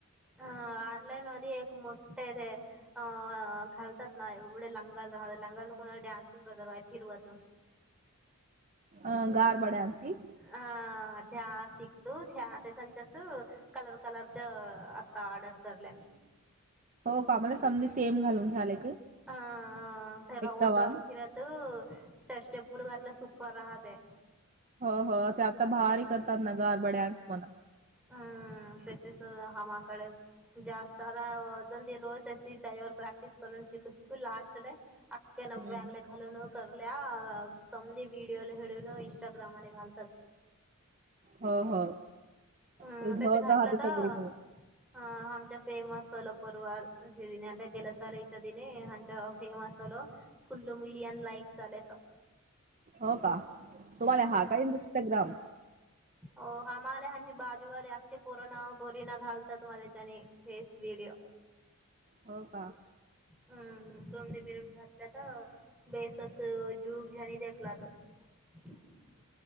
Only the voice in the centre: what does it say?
हा ऑनलाईन मध्ये एक मोठे ते अ घालतात ना एवढे लंगाल राहतात लंगाल कोणा डान्स करतात बाय फिरवत
हा त्या शिकतो त्या ते संचासू. कलर कलरच्या आता ऑर्डर करल्या मी.
हा राऊंड
राऊंड फिरत स्टप. <unintelligible> टला सूपर राहते
हम्म तसेच हा माकड जास्ता दाव दल दिन रोज तेसी त्यावर प्रॅक्टीस करून सिक सिकू लास्टले. आत त्याना
वांगल्या घालून करूल्या समदी व्हिडिओला हेळून इंस्टाग्राम मध्ये घालतात.
हम्
तस
घातलं
तर
अ आमच्या फेमस असल पूर्व दिने अ गेलसारीच्या दिऋ आच्या फेमस सलो फुल्ल मिलियन लाईक झाले तर.
हो हमाले हची बाजूवाली अख्खे पोरोना बोरीना घालतात तुम्हालाच्याने हेस व्हिडीओ
हम्म सोमंदी मिरून घातल्या तर बेस असं जूक झनी देखला तर <inaudible>